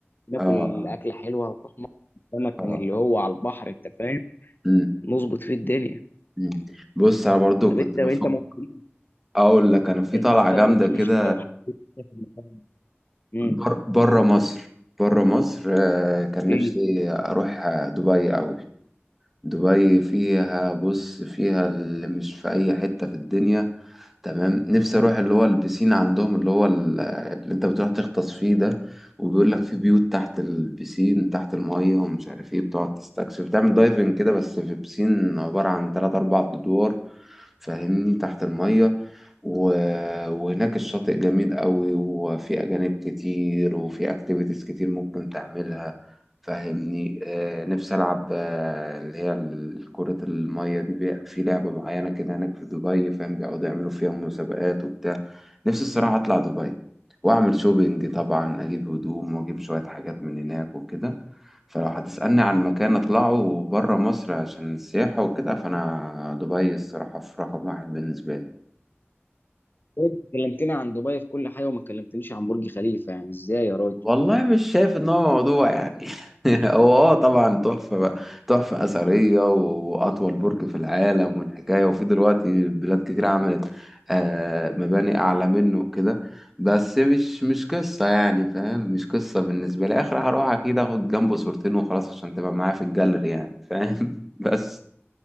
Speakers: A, on the left (about 50°); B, in the centre.
A: ناكل
B: اه اه
A: اكله حلوه ونروح مطعم سمك
B: اه
A: من اللي هو على البحر انت فاهم
B: مم،
A: نظبط فيه الدنيا
B: مم. بص انا برضو
A: طب
B: كنت
A: انت
B: بفكر
A: انت ما قلتليش
B: اقول لك انا في
A: انت
B: طلعه جامده
A: ما قلتليش
B: كده
A: لو حاجه في المكان امم
B: بر... بره مصر بره مصر آه، كان
A: فين
B: نفسي اروح آه، دبي قوي دبي فيها بص فيها اللي مش في اي حتة في الدنيا تمام نفسي اروح اللي هو البسين عندهم اللي هو ال- اللي انت بتروح تغطس فيه ده وبيقول لك في بيوت تحت البسين تحت المية ومش عارف ايه بتقعد تستكشف تعمل دايفنج كده بس في بسين عبارة عن تلات أربع أدوار فاهمني تحت المية و... وهناك الشاطئ جميل قوي وفي أجانب كتير وفي أكتيفيتيز كتير ممكن تعملها فاهمني آه، نفسي ألعب آه، اللي هي ال- كرة المية دي بي- في لعبة معينة كده هناك في دبي فاهم بيقعدوا يعملوا فيها مسابقات وبتاع نفسي الصراحة أطلع دبي وأعمل شوبينج طبعا أجيب هدوم وأجيب شوية حاجات من هناك وكده فلو هتسألني عن مكان أطلعه برا مصر عشان السياحة وكده فأنا دبي الصراحة في رقم واحد بالنسبة لي
A: انت كلمتني عن دبي في كل حاجه وما كلمتنيش عن برج خليفه يعني ازاي يا راجل
B: والله مش شايف ان هو موضوع يعني <laughs> هو اه طبعا تحفة بقى تحفة أثرية وأطول برج في العالم والحكاية وفي دلوقتي بلاد كتير عملت آه مباني أعلى منه وكده بس مش مش قصة يعني فاهم مش قصة بالنسبة لي آخر هروح أكيد آخد جنبه صورتين وخلاص عشان تبقى معايا في الجاليري يعني فاهم <laughs> بس